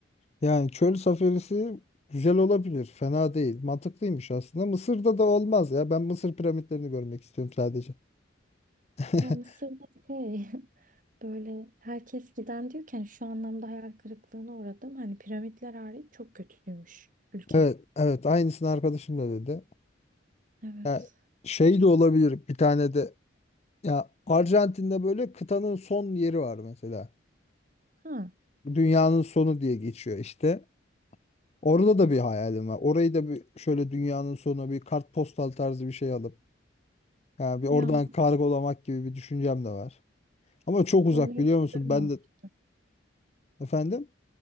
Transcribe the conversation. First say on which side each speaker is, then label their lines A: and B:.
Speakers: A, on the left; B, on the right.
A: Yani çöl safarisi güzel olabilir. Fena değil. Mantıklıymış aslında. Mısır'da da olmaz ya. Ben Mısır piramitlerini görmek istiyorum sadece. <laughs>
B: Ya Mısır'da şey <laughs> böyle herkes giden diyorken şu anlamda hayal kırıklığına uğradım. Hani piramitler hariç çok kötüymüş ülke.
A: Evet, evet aynısını arkadaşım da dedi.
B: Evet.
A: Ya şey de olabilir bir tane de ya Arjantin'de böyle kıtanın son yeri var mesela.
B: Ha.
A: Dünyanın sonu diye geçiyor işte. Orada da bir hayalim var. Orayı da bir şöyle dünyanın sonu bir kartpostal tarzı bir şey alıp yani bir oradan
B: Ya
A: kargolamak gibi bir düşüncem de var. Ama çok uzak
B: Onu hiç
A: biliyor musun?
B: duymamıştım.
A: Ben de efendim